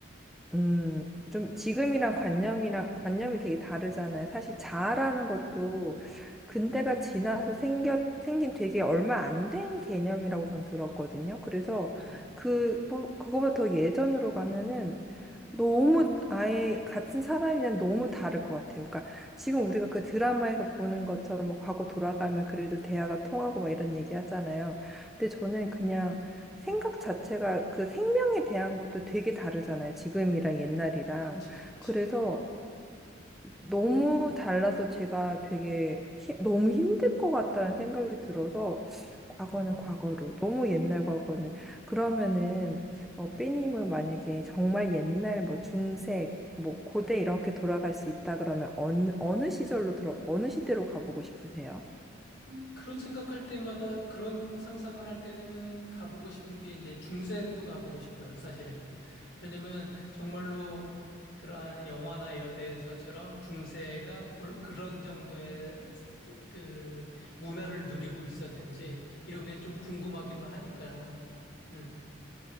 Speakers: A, in the centre; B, on the left (about 60°).
A: 음, 좀 지금이랑 관념이랑 관념이 되게 다르잖아요. 사실 자아라는 것도 근대가 지나서 생겨, 생긴 되게 얼마 안 된 개념이라고 전 들었거든요. 그래서
B: 음,
A: 그, 뭐, 그거보다 더 예전으로 가면은 너무 아예 같은 사람이랑 너무 다를 것 같아요. 그러니까 지금 우리가 그 드라마에서 보는 것처럼 뭐 과거 돌아가면 그래도 대화가 통하고 막 이런 얘기 하잖아요. 근데 저는 그냥 생각 자체가 그 생명에 대한 것도 되게 다르잖아요. 지금이랑 옛날이랑.
B: 그렇지, 그렇지.
A: 그래서 너무 달라서 제가 되게 힘- 너무 힘들 것 같다는 생각이 들어서 과거는
B: 음.
A: 과거로, 너무 옛날 과거는. 그러면은 어, 삐님은 만약에 정말 옛날 뭐 중세, 뭐 고대 이렇게 돌아갈 수 있다 그러면 어느, 어느 시절로 들어, 어느 시대로 가보고 싶으세요?
B: 음, 그런 생각할 때마다 그런 상상을 할 때는 가보고 싶은 게 이제 중세도 가보고 싶어요, 사실은. 왜냐면 정말로 그러한 영화나 이런 데에서처럼 중세가 골- 그런 정도의 그 문화를 누리고 있었는지 이런 게 좀 궁금하기도 하니까. 음,